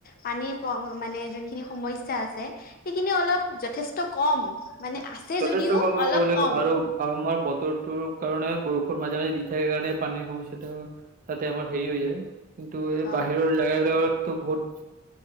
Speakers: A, on the left; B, on the right.
A: পানীৰ মানে যোনখিনি সমস্যা আছে। সেইখিনি অলপ যথেষ্ট কম মানে আছে
B: যথেষ্ট
A: যদিও
B: কৰ্ম
A: অলপ
B: কৰিলে
A: কম
B: আৰু। আৰু আমাৰ বতৰটোৰ কাৰণে বৰষুণ মাজে মাজে দি থাকে কাৰণে পানীৰ সমস্যাটো, তাতে আমাৰ হেৰি হৈ যায় কিন্তু এই
A: অ
B: বাহিৰৰ জেগাবিলাকতো বহুত